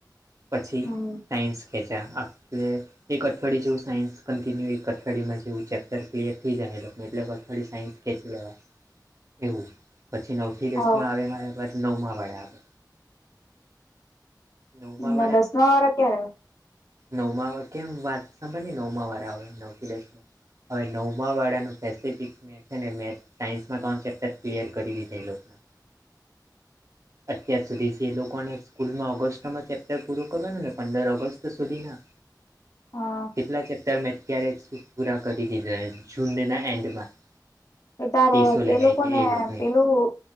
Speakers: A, on the right; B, on the left.
A: પછી
B: હમ
A: સાઇન્સ ખેંચ્યા આટલે. એક અઠવાડિય જેવું સાયન્સ કન્ટિન્યુ એક અઠવાડિયા માં જેવું ચેપ્ટર ક્લિયર થઈ જાય એટલે અઠવાડયે સાયન્સ ખેચી લેવા એવું પછી નવ એપ્લિકેશન
B: હ
A: માં આવે મારા પર નવમાં વાળા આવે. નવમાં
B: ને દસમા વાળા ક્યારે આવે
A: નવમા કેમ વાં સાંભળને નવમાં વાળા આવે નવ થી દસ. હવે નવમા વાળાનું પેસિફિક છે અને મેથ્સ સાયન્સમાં ત્રણ ચેપ્ટર ક્લિયર કરી લીધે એ લોકોના અત્યાર સુધી જે લોકોને સ્કૂલમાં ઓગસ્ટમાં ચેપ્ટર પૂરું કરવાનું ને પંદર ઓગસ્ટ તો સુધિના
B: હા
A: કેટલા ચેપ્ટર મેં અત્યારે સુધી પૂરા કરી દીધા જૂનના એન્ડમાં <inaudible>
B: અ ત્યારે
A: ટેસો
B: તે
A: લેવાય
B: લોકો
A: છે
B: ને
A: એ લોકોની
B: પેલું